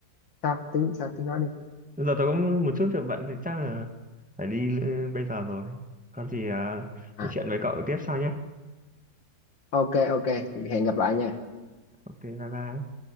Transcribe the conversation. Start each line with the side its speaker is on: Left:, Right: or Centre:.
Left: sao tiếng sao tiếng nói đi
Centre: giờ tôi có một chút việc bận thì chắc là phải đi l- bây giờ rồi có gì ờ,
Left: à
Centre: nói chuyện với cậu tiếp sau nhé
Left: ok ok hẹn gặp lại nha
Centre: ok bye bye